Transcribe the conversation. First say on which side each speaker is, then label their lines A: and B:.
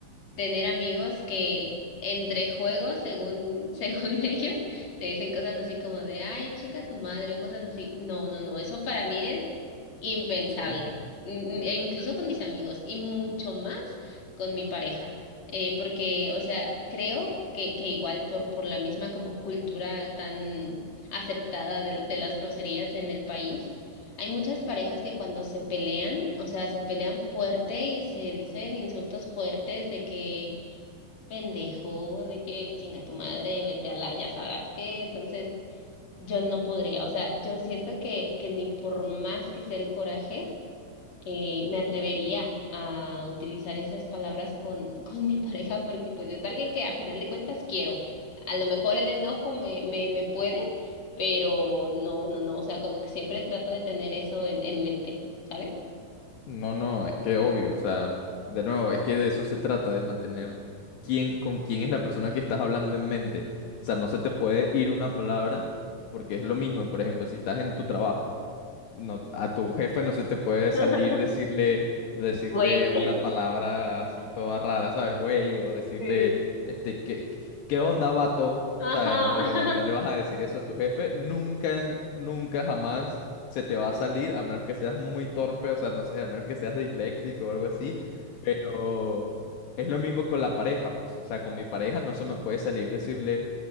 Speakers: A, on the left (about 40°); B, on the left (about 70°).
A: tener amigos que entre juegos, según, <laughs> según ellos, te dicen cosas así como de, ay, chinga tu madre, o cosas así. No, no, no, eso para mí es impensable,
B: Ujú.
A: Mm, e incluso con mis amigos y mucho más con mi pareja, eh, porque, o sea, creo que, que igual por, por la misma como cultura tan aceptada de, de las groserías en el país. Hay muchas parejas que cuando se pelean, o sea, se pelean fuerte y se dicen insultos fuertes de que pendejo de que chinga tu madre, vete a la, ya sabrás qué. Entonces, yo no podría, o sea, yo siento que, que ni por más que sea el coraje, eh, me atrevería a utilizar esas palabras con, con mi pareja porque pues es alguien que a final de cuentas quiero. A lo mejor el enojo me, me, me puede, pero no, no, no, o sea, como que siempre trato de tener eso en, en mente, ¿sabes?
B: No, no, es que obvio, o sea, de nuevo, es que de eso se trata, de mantener quién, con quién es la persona que estás hablando en mente. O sea, no se te puede ir una palabra porque es lo mismo, por ejemplo, si estás en tu trabajo. no, a tu jefe no se te puede
A: <laughs>
B: salir decirle, decirle
A: Güey.
B: una palabra así toda rara, ¿sabes, güey? O decirle,
A: Sí.
B: este, ¿qué, qué qué onda, vato?
A: Ajá,
B: ¿Sabes? No,
A: <laughs>
B: no, no le vas a decir eso a tu jefe. Nunca, en- nunca jamás se te va a salir, a menos que seas muy torpe, o sea, no sé, a menos que seas disléxico o algo así. Pero es lo mismo con la pareja, pues. O sea, con mi pareja no se me puede salir decirle